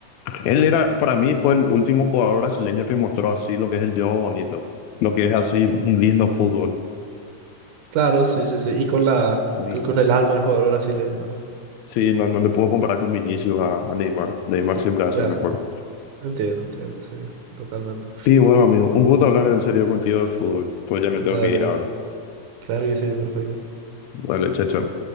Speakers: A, on the left; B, on the right.
A: él era, para mí, fue el último jugador brasileño que mostró así lo que es el juego bonito, lo que es así un lindo fútbol.
B: Claro, sí, sí, sí. Y con la,
A: Y
B: con, con el alma de jugador brasileño.
A: sí, no, no le puedo comparar con Vinicius a, a Neymar. Neymar siempre hace
B: Ya,
A: mejor.
B: entiendo, entiendo, sí, totalmente.
A: Sí, bueno, amigo, un gusto hablar en serio contigo de fútbol. Pues ya me
B: Dale,
A: tengo que ir ahora.
B: claro que sí, perfecto.
A: Dale, chacho.